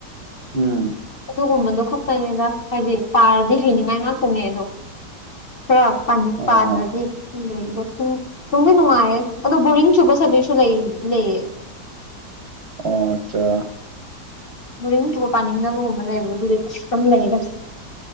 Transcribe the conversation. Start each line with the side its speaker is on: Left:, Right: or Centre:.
Right: ꯎꯝ
Left: ꯑꯗꯨꯒꯨꯝꯕꯗꯣ ꯈꯛꯇꯅꯤꯗ ꯍꯥꯏꯗꯤ ꯄꯥꯔꯗꯤ ꯍꯩꯅꯤꯡꯉꯥꯏ ꯉꯥꯛꯇꯅꯦ ꯑꯗꯣ ꯈꯔ ꯄꯥꯅꯤꯡ
Right: ꯑꯣ
Left: ꯄꯥꯗ꯭ꯔꯗꯤꯏ ꯑꯗꯨꯗꯣ ꯅꯨꯡꯗꯤ ꯅꯨꯡꯉꯥꯏꯌꯦ ꯑꯗꯣ ꯕꯣꯔꯤꯡ ꯁꯨꯕ ꯁꯖꯤꯁꯨ ꯂꯩ ꯂꯩꯌꯦ
Right: ꯑꯣ ꯑꯠꯆꯥ
Left: ꯕꯣꯔꯤꯡ ꯆꯨꯕ ꯄꯥꯅꯤꯡꯗꯕꯒꯨꯝꯕ ꯂꯩꯕ ꯑꯗꯨꯗꯤ ꯑꯗꯨꯝ ꯂꯩꯗ